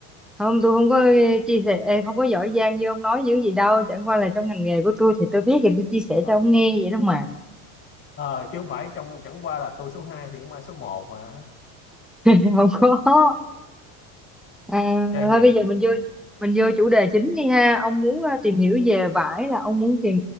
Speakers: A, in the centre; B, on the left.
A: không tôi không có chia sẻ không có giỏi giang như ông nói dữ gì đâu chẳng qua là trong ngành nghề của tôi thì tôi biết thì tôi chia sẻ
B: Ờ.
A: cho ông nghe vậy đó mà
B: Ờ, chứ không phải trong chẳng qua là tôi số 2 thì không ai số một mà
A: <laughs> không có À,
B: cái nhận,
A: thôi bây giờ mình vô
B: nhận
A: mình vô chủ đề chính đi ha. Ông muốn ờ, tìm hiểu về vải là ông muốn tìm